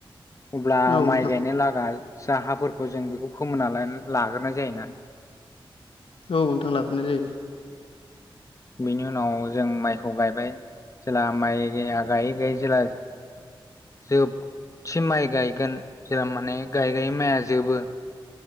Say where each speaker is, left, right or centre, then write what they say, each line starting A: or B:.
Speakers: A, on the left; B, on the left.
A: अब्ला
B: औ नोंथां
A: माइ गायनो लागा। साहाफोरखौ जों बेखौ फोमोना लाग्रोनाय जायोना।
B: औ नोंथां लाग्रोनाय जायो।
A: बेनि उनाव जों माइखौ गायबाय जेब्ला माइ गा। गायै गायै जेला। जोबथि माइ गायगोन जेला माने गायाय माइआ जोबो।